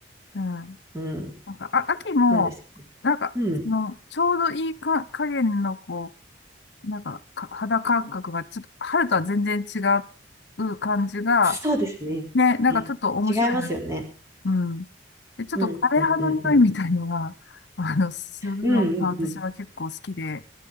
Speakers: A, on the left (about 65°); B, on the right (about 15°).
A: うん。なんか、
B: うん、
A: あ、秋も、
B: なんですけど。
A: なんか、
B: うん、
A: その、ちょうどいいか、加減の、こう、なんか、か、肌感覚が、ちょっと、春とは全然違う感じが、
B: そうですね。
A: ね、なんかちょっと面白いな。
B: ね違いますよね。
A: うん。で、ちょっと枯葉の匂いみたいのが、
B: うん、うん、うん、うん。
A: <laughs> あの、するのが私は結構好きで、
B: うん、うん、うん、